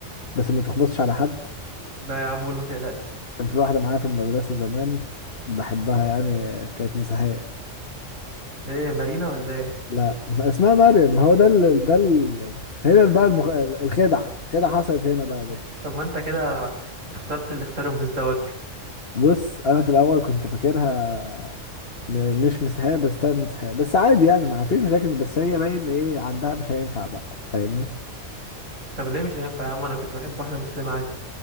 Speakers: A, on the left; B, on the right.
A: بس ما تخبطش على حد
B: لا يا عم قول ما تقلقش
A: كان في واحده معايا في المدرسه زمان بحبها يعني كانت مسيحيه
B: ليه مارينا ولا ايه
A: لا ما اسمها مريم ما هو ده ال... ده ال... هنا بقى المخ... الخدعه الخدعه حصلت هنا بقى يا باشا
B: طب ما انت كده اخترت اللي اختاره مزدوج
A: بص انا في الاول كنت فاكرها م- مش مسيحيه بس طيب مسيحيه بس عادي يعني ما فيش مشاكل بس هي باين ايه عندها مش هينفع بقى فاهمني
B: طب ليه مش هينفع يا عم انا كنت بحب واحده مسلمه عادي